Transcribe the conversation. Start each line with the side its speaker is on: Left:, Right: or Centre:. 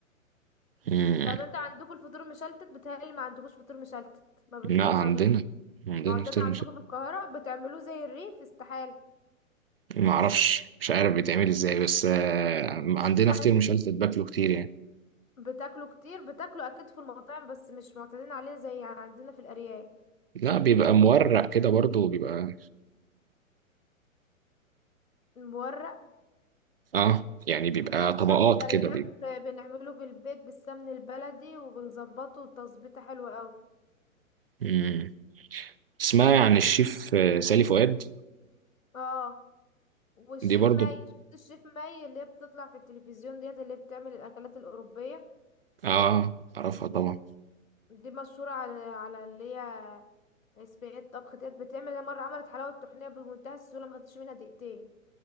Right: امم إمم.
Left: طب انت عندكم الفطور مشلتت بتهيألي ما عندكوش فطور مشلتت ما بتحب
Right: لا عندنا
Left: ما بي...
Right: عندنا
Left: معتاد
Right: كتير
Left: عندكم في القاهرة بتعملوه زي الريف استحالة
Right: ما اعرفش مش عارف بيتعمل ازاي بس آه، عندنا
Left: لا
Right: فطير
Left: است-
Right: مش قلت باكله كتير يعني
Left: بتاكلوا كتير بتاكلوا اكيد في المطاعم بس مش معتادين عليه زي عندنا في الارياف
Right: لا بيبقى مورق كده برضو بيبقى
Left: المورق
Right: اه يعني بيبقى
Left: احنا عندنا
Right: طبقات
Left: في الارياف
Right: كده بيبقى
Left: بنعمله في البيت بالسمن البلدي وبنظبطه تظبيطه حلوة قوي
Right: مم. اسمها عن الشيف آه، سالي فؤاد
Left: اه والشيف
Right: دي برضو
Left: ماي شفت الشيف ماي اللي هي بتطلع في التلفزيون ديت اللي بتعمل الاكلات الاوروبية
Right: اه اعرفها طبعا
Left: دي مشهورة على على اللي هي صينية طبخ ديت بتعمل هي مرة عملت حلاوة طحينية بمنتهى السهولة ما خدتش منها دقيقتين